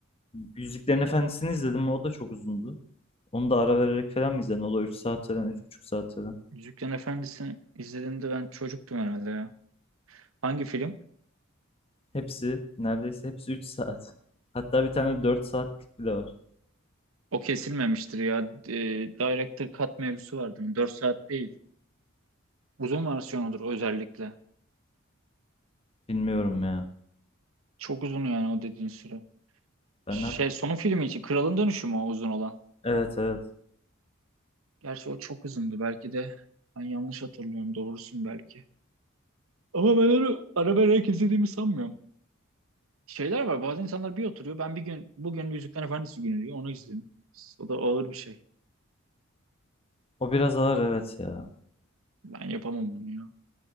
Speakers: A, on the left; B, on the right.
A: Yüzüklerin Efendisi'ni izledim. O da çok uzundu. Onu da ara vererek falan mı izledin? O da 3 saat falan, üç buçuk saat falan.
B: Yüzüklerin Efendisi'ni izlediğimde ben çocuktum herhalde ya. Hangi film?
A: Hepsi neredeyse hepsi 3 saat. Hatta bir tane 4 saatlik bile var.
B: O kesilmemiştir ya. Ee, Director Cut mevzusu vardı. 4 saat değil. Uzun versiyonudur özellikle.
A: Bilmiyorum ya.
B: Çok uzun yani o dediğin süre.
A: Ben
B: Şey
A: de
B: son filmi için Kralın Dönüşü mü o uzun olan?
A: evet evet.
B: Gerçi o çok uzundu. Belki de ben yanlış hatırlıyorum. Doğrusun belki. Ama ben onu ara vererek izlediğimi sanmıyorum. şeyler var. Bazı insanlar bir oturuyor. Ben bir gün bugün yüzükler Efendisi günü diyor. Onu izliyorum. O da ağır bir şey.
A: O biraz ağır evet ya.
B: Ben yapamam bunu ya.